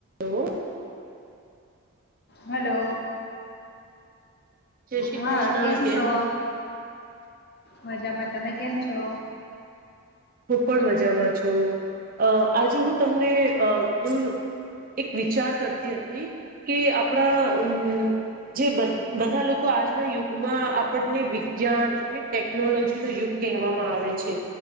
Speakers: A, on the right; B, on the left.
A: Hello
B: hello
A: જય શ્રી
B: હા
A: કૃષ્ણ
B: કેમ છો મજામાં તમે કેમ છો
A: હું પણ મજામાં છું અ આજે હું તમને અ એું એક વિચાર કરતી હતી કે આપણા અમ જે બધા લોકો આજના યુગમાં આપણને વિજ્ઞાન અને ટેકનોલોજી ન યુગ કહેવામાં આવે છે